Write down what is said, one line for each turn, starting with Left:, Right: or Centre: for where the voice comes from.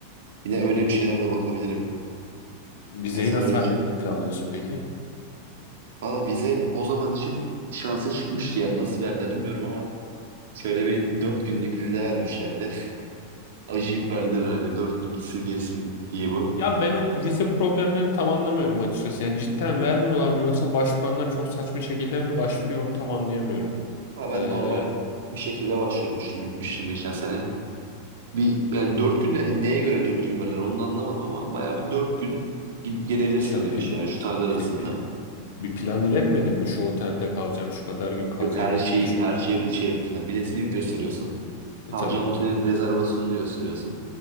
Right: Yine öyle bir şeyler de bakabilirim.
Left: Vizeyi
Right: Yani sana
Left: nasıl
Right: öyle...
Left: halletmeyi planlıyorsun peki?
Right: Valla vize o zaman için şansı çıkmıştı yani nasıl verdiler bilmiyorum ama şöyle bir 4 günlük vize vermişlerdi. <laughs> Acıyıp verdiler herhalde 4 gün gitsin gelsin diye bu.
Left: Ya ben o vize problemlerini tam anlamıyorum açıkçası. Yani cidden vermiyorlar mı yoksa başvuranlar çok saçma şekilde mi başvuruyor onu tam anlayamıyorum.
Right: Ama
Left: Ee,
Right: ben normal bir şekilde başvurmuştum gitmiştim geçen sene. Bir yani dört gün neye göre dört gün verirler onu da anlamadım ama bayağı bir dört gün gidip gelebilirsin
Left: pla-
Right: demiş
Left: pil-
Right: yani şu tarihler arasında.
Left: pil- pil- bir plan iletmedin mi? Şu otelde kalacağım, şu kadar gün kalacağım,
Right: Yok her şeyi
Left: gidiş
Right: her
Left: dönüş.
Right: şey şey yapıyorsun. Yani biletini gösteriyorsun.
Left: E
Right: Kalacağın
Left: tabii.
Right: otelin rezervasyonunu gösteriyorsun.